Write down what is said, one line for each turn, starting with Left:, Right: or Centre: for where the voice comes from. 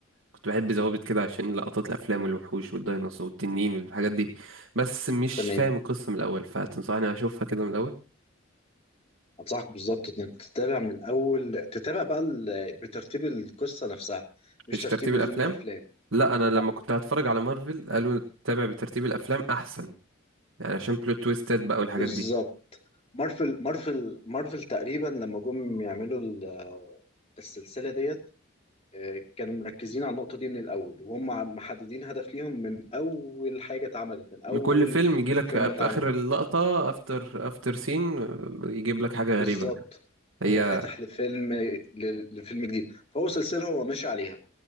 Right: كنت بحب زوابط كده عشان لقطات الافلام والوحوش والديناصور والتنين والحاجات دي بس مش
Left: تمام
Right: فاهم القصه من الاول فتنصحني اشوفها كده من الاول
Left: انصحك بالظبط انك تتابع من اول تتابع بقى ال... بترتيب القصه نفسها مش
Right: مش
Left: ترتيب
Right: ترتيب
Left: نزول
Right: الافلام
Left: الافلام
Right: لا انا لما
Left: لا
Right: كنت هتفرج على مارفل قالوا تابع بترتيب الافلام احسن يعني عشان بلوت تويستات بقى والحاجات
Left: بالظبط
Right: دي
Left: مارفل مارفل مارفل تقريبا لما جم يعملوا ال- السلسله ديت آه، كانوا مركزين على النقطه دي من الاول وهم عم- محددين هدف ليهم من اول حاجه اتعملت من اول
Right: إن كل فيلم يجي لك
Left: فيلم
Right: في
Left: اتعمل
Right: اخر اللقطه افتر افتر سين يجيب لك حاجه
Left: بالظبط
Right: غريبه هي
Left: هو فاتح لفيلم ل- لفيلم جديد فهو سلسله هو ماشي عليها